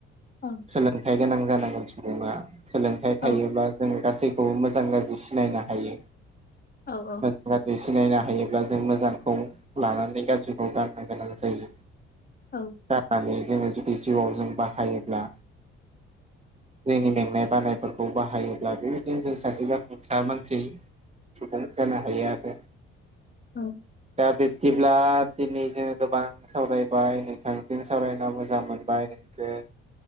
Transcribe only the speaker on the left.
औ
औ
औ
औ
औ